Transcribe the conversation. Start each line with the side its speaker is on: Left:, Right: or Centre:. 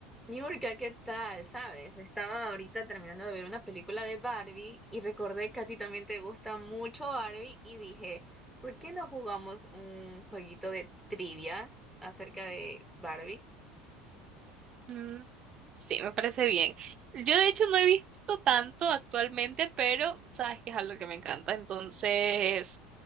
Centre: Niurka, ¿qué tal? ¿Sabes? Estaba ahorita terminando de ver una película de Barbie y recordé que a ti también te gusta mucho Barbie y dije, ¿por qué no jugamos un jueguito de trivias acerca de Barbie?
Right: Mm, sí, me parece bien. Yo de hecho no he visto tanto actualmente, pero sabes que es algo que me encanta. Entonces,